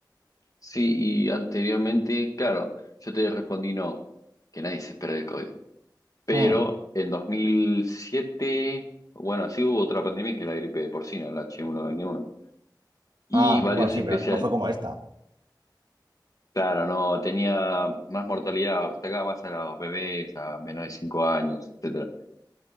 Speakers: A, on the left; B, on the right.
A: Sí, y anteriormente, claro, yo te respondí no, que nadie se espera del COVID. Pero
B: Hmm.
A: en 2007, bueno, sí hubo otra pandemia que la gripe porcina, el H1N1. Y
B: Ah,
A: varios
B: bueno, sí,
A: especial,
B: pero no fue como esta.
A: claro, no, tenía más mortalidad, atacaba más a los bebés, a menos de 5 años, etcétera.